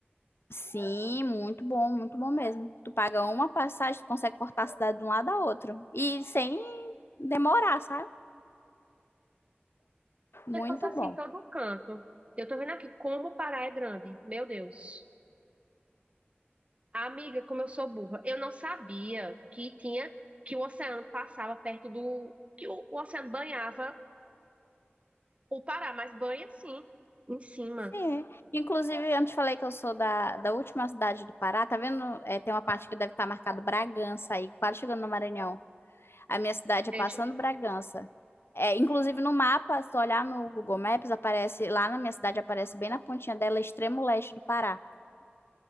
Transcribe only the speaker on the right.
Vai passar assim
em todo canto. Eu tô vendo aqui como o Pará é grande. Meu Deus. Amiga, como eu sou burra. Eu não sabia que tinha que o oceano passava perto do que o, o oceano banhava o Pará, mas banha sim, em cima.
Gente,